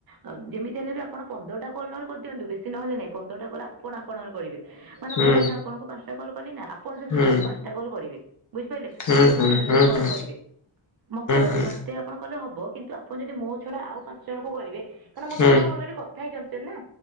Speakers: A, on the right (about 50°); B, on the left (about 40°).
A: ଅ ଯେମିତି ହେଲେ ବି ଆପଣ ପନ୍ଦର ଟା କଲ ନହେଲେ କରିଦିଅନ୍ତୁ ବେଶୀ ନହେଲେ ନାହିଁ ପନ୍ଦରଟା କଲ ଆପଣ ଆପଣଙ୍କର କରିବେ। ମାନେ
B: ହୁଁ
A: ମୁଁ ଏଇନା ଆପଣଙ୍କୁ ପାଞ୍ଚଟା କଲ୍ କଲି ନା ଆପଣ ସେମିତି
B: ହୁଁ
A: ଜଣଙ୍କୁ ପାଞ୍ଚଟା କଲ୍ କରିବେ ବୁଝିପାରିଲେ
B: ହୁଁ
A: ଏମିତି
B: ହୁଁ
A: ତିନି ଜଣ କଲ
B: ହୁଁ ହୁଁ
A: କରିବେ ମ ମତେ କରିବେ
B: ହୁଁ ହୁଁ
A: ମତେ ଆପଣ କଲେ ହବ କିନ୍ତୁ ଆପଣ ଯଦି ମୋ ଛଡା ଆଉ ପାଞ୍ଚ ଜଣଙ୍କୁ କରିବେ କାରଣ ମୋ
B: ହୁଁ
A: ସହ ଆପଣ ଅଲରେଡି କଥା ହେଇ କରିଛନ୍ତି ନା